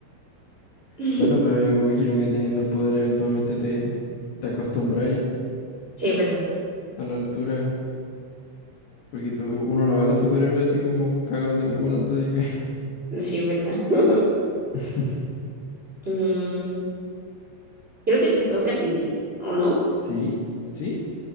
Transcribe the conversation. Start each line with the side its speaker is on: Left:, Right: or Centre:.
Right: <laughs>
Left: Bueno, pero yo me imagino que teniendo el poder eventualmente te, te acostumbráis
Right: Sí, es verdad.
Left: a la altura. Porque tú, uno no ve a los superhéroes así como cagados de mí volando, así que.
Right: Sí, es verdad. <laughs>
Left: <laughs>
Right: Mm, creo que te toca a ti, ¿o no?
Left: ¿Sí? ¿Sí?